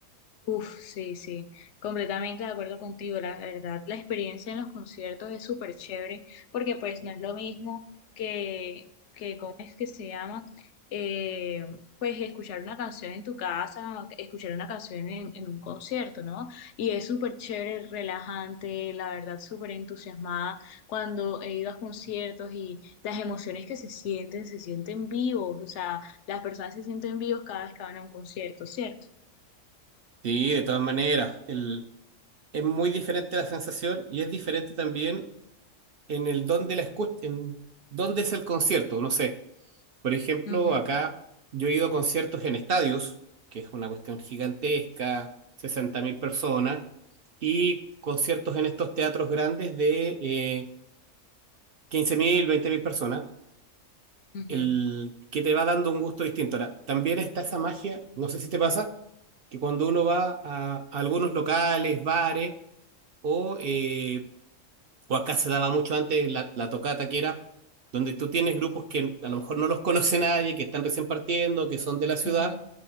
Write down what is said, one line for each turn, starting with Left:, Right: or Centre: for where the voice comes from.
Left: Uf, sí, sí, completamente de acuerdo contigo. La verdad, la experiencia en los conciertos es súper chévere porque pues no es lo mismo que, que ¿cómo es que se llama? Eh, pues escuchar una canción en tu casa, o escuchar una canción en, en un concierto, ¿no? Y es súper chévere, relajante, la verdad, súper entusiasmada cuando he ido a conciertos y las emociones que se sienten, se sienten vivos, o sea, las personas se sienten vivos cada vez que van a un concierto, ¿cierto?
Right: Sí, de todas maneras, el, es muy diferente la sensación y es diferente también en el dónde la escuch- en dónde es el concierto, no sé. Por ejemplo,
Left: Ujú.
Right: acá yo he ido a conciertos en estadios, que es una cuestión gigantesca, 60 mil personas, y conciertos en estos teatros grandes de eh, 15 mil, 20 mil personas.
Left: Ujú,
Right: el que te va dando un gusto distinto. Ahora, también está esa magia, no sé si te pasa, que cuando uno va a, a algunos locales, bares, o, eh, o acá se daba mucho antes la, la tocata, que era donde tú tienes grupos que a lo mejor no los conoce nadie, que están recién partiendo, que son de la ciudad,
Left: ujú,